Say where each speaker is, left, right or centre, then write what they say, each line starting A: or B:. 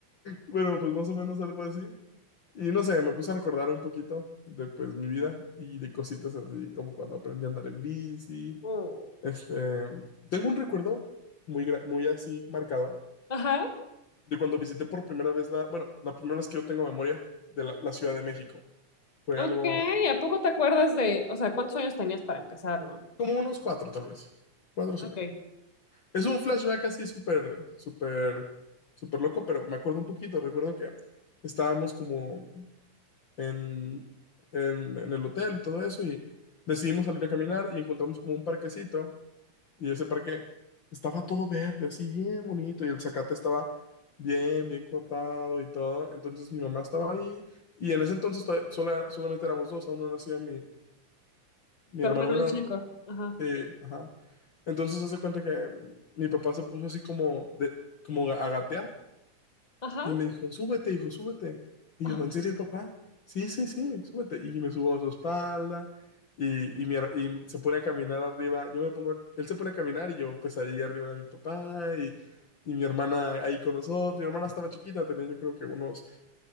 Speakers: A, on the left; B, on the left.
A: Bueno, pues más o menos algo así. Y no sé, me puse a recordar un poquito de pues mi vida y de cositas así como cuando aprendí a andar en bici.
B: Mm.
A: Este, tengo un recuerdo muy, gra- muy así marcado
B: Ajá.
A: de cuando visité por primera vez la, bueno, la primera vez que yo tengo memoria de la, la Ciudad de México. Fue
B: Ok,
A: algo
B: ¿a poco te acuerdas de, o sea, cuántos años tenías para empezar, no?
A: como unos cuatro tal vez, cuatro o cinco.
B: Ok.
A: Es un flashback así súper, súper, súper loco, pero me acuerdo un poquito. Recuerdo que estábamos como en, en, en el hotel y todo eso y decidimos salir a caminar y encontramos como un parquecito y ese parque estaba todo verde, así bien bonito y el zacate estaba bien, bien cortado y todo. Entonces mi mamá estaba ahí y en ese entonces todavía- sola- solamente éramos dos, aún no nacía mi, mi
B: Tu
A: hermano
B: hermano
A: menor.
B: el chico. Ajá.
A: Sí, ajá. Entonces se hace cuenta que mm, mi papá se puso así como de, como a gatear
B: Ajá.
A: y me dijo, súbete, hijo, súbete. Y
B: Ah.
A: yo, ¿en serio, papá? Sí, sí, sí, súbete. Y me subo a su espalda y, y, mi her- y se pone a caminar arriba. Yo me pongo, a- él se pone a caminar y yo pues ahí arriba de mi papá y, y mi hermana ahí con nosotros. Mi hermana estaba chiquita, tenía yo creo que unos,